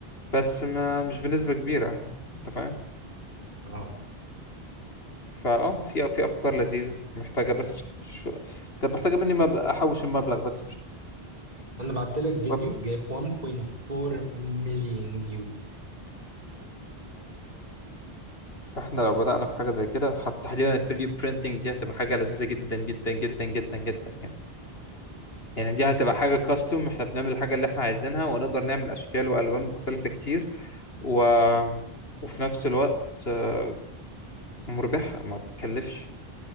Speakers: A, on the left (about 75°); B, on the right (about 40°).
A: بس ما مش بنسبة كبيرة انت فاهم
B: اه
A: فاه في في افكار لذيذة محتاجة بس شو... كانت محتاجة مني مبلغ احوش المبلغ بس مش
B: انا بعت لك فيديو
A: أكتر.
B: جايب 1.4 مليون فيوز
A: فاحنا لو بدأنا في حاجة زي كده حتى تحديدا ال 3D printing دي هتبقى حاجة لذيذة جدا جدا جدا جدا جدا يعني يعني دي هتبقى حاجة كاستوم احنا بنعمل الحاجة اللي احنا عايزينها ونقدر نعمل اشكال والوان مختلفة كتير و... وفي نفس الوقت آه، مربحة ما بتكلفش